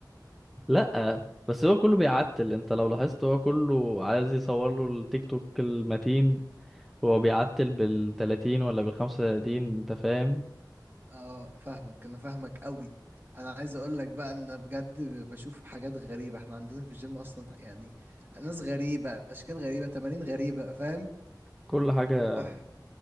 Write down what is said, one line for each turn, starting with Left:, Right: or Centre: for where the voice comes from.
Centre: لا بس هو كله بيعتل انت لو لاحظت هو كله عايز يصور له التيك توك المتين هو بيعتل بال 30 ولا بال 35 انت فاهم
Right: اه فاهمك انا فاهمك قوي انا عايز اقول لك بقى ان بجد بشوف حاجات غريبة احنا عندنا في الجيم اصلا يعني ناس غريبة اشكال غريبة تمارين غريبة فاهم
Centre: كل حاجة
Right: واحد